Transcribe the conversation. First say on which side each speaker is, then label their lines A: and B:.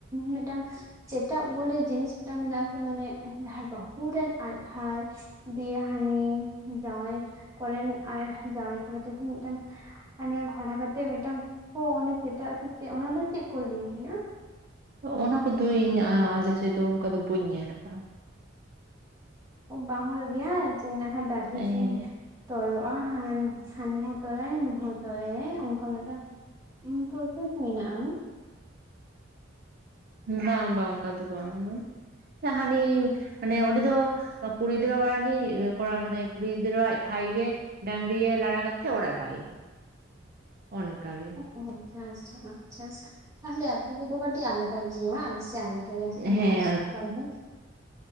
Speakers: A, on the right (about 15°); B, on the right (about 50°).
A: ᱢᱤᱫᱴᱟᱝ ᱪᱮᱴᱟᱜ ᱵᱚᱞᱮ ᱡᱤᱱᱤᱥ ᱢᱤᱫᱴᱟᱜ ᱢᱮᱱᱟᱜ-ᱟ ᱥᱮ ᱢᱟᱱᱮ ᱡᱟᱦᱟᱸᱭ ᱵᱟᱦᱩ ᱨᱮᱱ ᱟᱡ ᱵᱷᱟᱭ ᱫᱤᱭᱮ ᱦᱟᱱᱤ ᱡᱟᱶᱟᱭ ᱠᱚᱨᱮᱱ ᱟᱨ ᱡᱟᱶᱟᱭ ᱠᱚᱲᱟ ᱛᱟᱠᱤᱱ ᱢᱤᱫᱴᱟᱝ ᱢᱟᱱᱮ ᱜᱷᱚᱲᱟ ᱠᱟᱛᱮᱜ ᱢᱤᱫᱴᱟᱝ ᱠᱚ ᱚᱱᱮ ᱪᱮᱴᱟᱜ ᱥᱮ ᱪᱮᱫ ᱚᱱᱟ ᱫᱚ ᱪᱮᱫ ᱠᱚ ᱞᱟᱹᱭ ᱜᱮᱭᱟ?
B: ᱚ ᱚᱱᱟ ᱠᱚᱫᱚ ᱤᱧ ᱟᱞᱮᱥᱮᱫ ᱫᱚ ᱚᱱᱠᱟ ᱫᱚ ᱵᱟᱹᱧ ᱧᱮᱞ ᱠᱟᱜ-ᱟ ᱾
A: ᱵᱟᱝ ᱦᱩᱭᱩᱜ ᱜᱮᱭᱟ ᱡᱮ ᱱᱟᱜ ᱠᱷᱟᱱ ᱫᱟᱲᱦᱤ
B: ᱦᱮᱸ
A: ᱠᱤᱱ ᱛᱚᱞᱚᱜ-ᱟ ᱦᱟᱹᱱᱤ ᱦᱚᱸ ᱛᱚᱞᱟᱭᱟᱭ ᱱᱩᱭ ᱦᱚᱸ ᱛᱚᱞᱟᱭᱟᱭ ᱚᱱᱠᱟ ᱢᱤᱫᱴᱟᱝ ᱤᱱ ᱯᱨᱚᱥᱮᱥ ᱢᱮᱱᱟᱜ-ᱟ ᱾
B: <inaudible> ᱵᱟᱝ ᱵᱟᱝ ᱚᱱᱠᱟ ᱫᱚ ᱵᱟᱝᱟ ᱾ ᱥᱮ ᱦᱟᱱᱤ ᱢᱟᱱᱮ ᱚᱸᱰᱮ ᱫᱚ ᱠᱩᱲᱤ ᱫᱚ ᱦᱟᱱᱤ ᱠᱚᱲᱟ ᱢᱟᱱᱮ ᱠᱩᱲᱤ ᱜᱤᱫᱽᱨᱟᱹ ᱟᱡ ᱵᱷᱟᱭ ᱜᱮ ᱰᱟᱝᱨᱤᱭ ᱮ ᱞᱟᱲᱟ ᱠᱟᱛᱮ ᱚᱲᱟᱜ ᱵᱟᱭ <inaudible> ᱚᱱᱠᱟ ᱜᱮ ᱾
A: ᱚ ᱟᱪᱪᱷᱟ ᱟᱪᱪᱷᱟ ᱾ ᱟᱪᱪᱷᱟ ᱛᱟᱦᱞᱮ ᱟᱯᱮ ᱥᱮᱜ ᱫᱚ ᱠᱟᱴᱤᱜ ᱟᱞᱟᱫᱟ ᱜᱮᱭᱟ ᱵᱟᱝ ᱥᱮ ᱟᱞᱟᱫᱟ
B: ᱦᱮᱸ
A: <unintelligible>